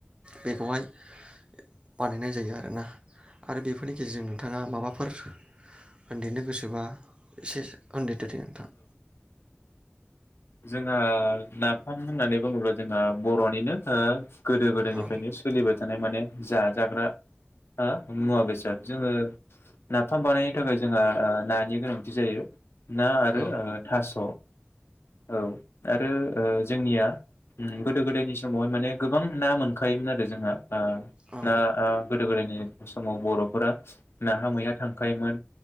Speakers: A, on the right; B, on the left.
A: बेखौहाय बानायनाय जायो आरोना आरो बेफोरनि गेजेरजों नोंथाङा माबाफोर होन्देरनो गोसोबा एसे होन्देरदो दे नोंथां औ
B: जोंहा नाफाम होननानै बुङोब्ला जोंहा बर'निनो ओ गोदो गोदायनिफ्रायनो
A: औ
B: सोलिबाय थानाय माने जा-जाग्रा ओ मुवा बेसाद जोङो नाफाम बानायनो थाखाय जोंहा ओ नानि गोनांथि जायो ना आरो
A: औ
B: ओ थास' औ आ रो ओ जोंनिया ओम गोदो गोदायनि समावहाय माने गोबां ना मोनखायोमोन आरो जोंहा ओ
A: औ
B: ना ओ गोदो गोदायनि समाव बर'फोरा नाहा मैया थांखायोमोन